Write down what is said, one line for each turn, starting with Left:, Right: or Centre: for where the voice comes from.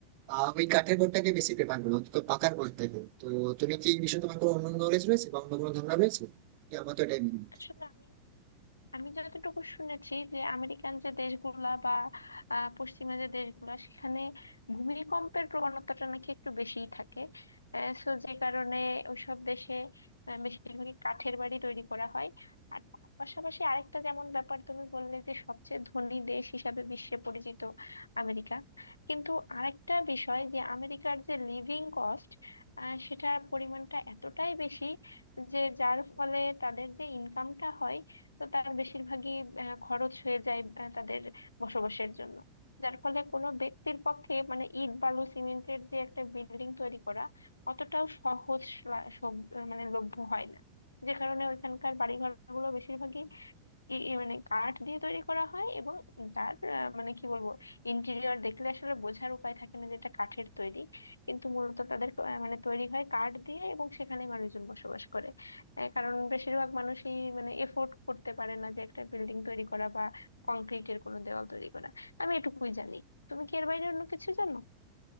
Right: আহ, ওই কাঠের ঘরটাকে বেশি প্রেফার করো তো পাকার ঘর থেকে তো তুমি কি এই বিষয়ে তোমার কোনো অন্য নলেজ রয়েছে বা অন্য কোনো ধারণা রয়েছে কি আমার তো এটাই মনে হয়।
Left: আসলে আমি আমি যতটুকু শুনেছি যে আমেরিকান যে দেশগুলা বা আহ, পশ্চিমা যে দেশগুলা সেখানে ভূমিকম্পের প্রবণতাটা নাকি একটু বেশিই থাকে সো যে কারণে ওইসব দেশে আহ, বেশিরভাগই কাঠের বাড়ি তৈরি করা হয় আর তার পাশাপাশি আরেকটা যেমন ব্যাপার তুমি বললে যে সবচেয়ে ধনী দেশ হিসাবে বিশ্বে পরিচিত আমেরিকা কিন্তু আরেকটা বিষয় যে আমেরিকার যে লিভিং কস্ট সেটার পরিমাণটা এতটাই বেশি যে যার ফলে তাদের যে ইনকামটা হয় তো তার বেশিরভাগই আহ, খরচ হয়ে যায় আহ, তাদের বসবাসের জন্য যার ফলে কোনো ব্যক্তির পক্ষে মানে ইট বালু সিমেন্টের যে একটা বিল্ডিং তৈরি করা অতটাও সহজ লা- সব- মানে লভ্য হয় না যে কারণে ওইখানকার বাড়িঘর গুলো বেশিরভাগই ই- ই মানে কাঠ দিয়ে তৈরি করা হয় এবং যার আহ, মানে কি বলবো ইন্টেরিয়র দেখলে আসলে বোঝার উপায় থাকে না যে এটা কাঠের তৈরি কিন্তু মূলত তাদের ক- আহ, মানে তৈরি হয় কাঠ দিয়ে এবং সেখানে মানুষজন বসবাস করে আহ, কারণ বেশিরভাগ মানুষই মানে এফোর্ড করতে পারে না যে একটা বিল্ডিং তৈরি করা বা কংক্রিটের কোনো দেওয়াল তৈরি করা আমি এটুকুই জানি তুমি কি এর বাইরে অন্য কিছু জানো